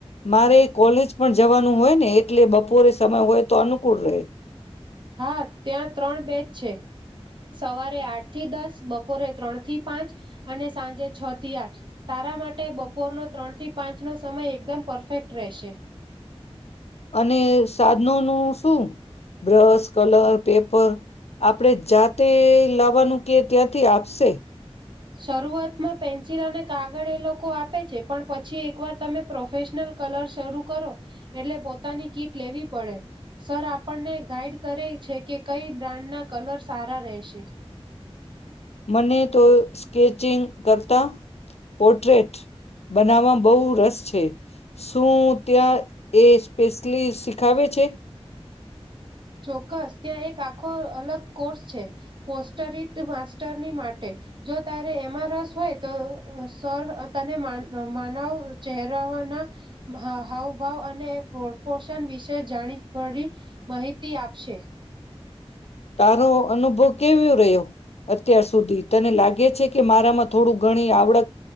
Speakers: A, on the left; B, on the right.
A: મારે કોલેજ પણ જવાનું. હોય ને એટલે બપોરે સમય હોય તો અનુકૂળ રહે.
B: હા ત્યાં ત્રણ બેચ છે. સવારે આઠ થી દસ, બપોરે ત્રણ થી પાંચ અને સાંજે છ થી આઠ તારા માટે બપોરનો ત્રણ થી પાંચ નો સમય એકદમ પરફેક્ટ રહેશે.
A: અને <unintelligible> નું શું? બ્રશ, કલર, પેપર આપડે જાતે લાવવાનું? કે ત્યાંથી આપશે?
B: શરૂઆતમાં પેન્સિલ અને કાગળ એ લોકો આપે છે. પણ પછી એકવાર તમે પ્રોફેશનલ કલર શરૂ કરો એટલે પોતાની કીટ લેવી પડે. સર આપણને ગાઈડ કરે છે કે કઈ બ્રાન્ડના કલર સારા રહેશે.
A: મને તો સ્ચિંગ કરતા પોર્ટ્રેટ બનાવામાં બહુ રસ છે. છે. શું ત્યાં એ સ્પેશલી શ ખાવે છે.
B: ચોક્કસ ત્યાં એક આખો અલગ કોર્સ છે. પોસ્ટરીત માસ્ટરની માટે. જો તારે એમાં રસ હોય તો સર તને માનવ ચહેરાવાના હાવભાવ અને પ્રપોશન વિશે જાણી ભરી માહિતી તિ આપશે
A: તારો અનુભવ કેવું રહ્યો? અત્યાર સુધી, તને લાગે છે કે મારામાં થોડું ઘણી આવડટ